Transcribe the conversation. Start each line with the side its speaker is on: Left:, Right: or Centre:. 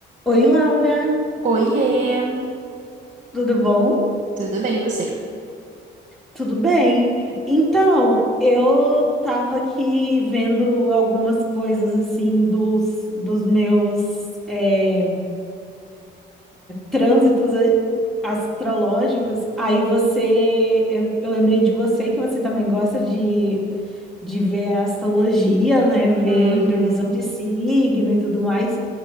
Centre: Oi, Laura,
Right: Oiê,
Centre: tudo bom?
Right: tudo bem e você?
Centre: Tudo bem? Então, eu estava aqui vendo algumas coisas assim dos, dos meus é, trânsitos a- astrológicos. Aí você, eu, eu lembrei de você que você também gosta de, de ver a astrologia, né? Ver
Right: Uhum.
Centre: previsão de signo e tudo mais.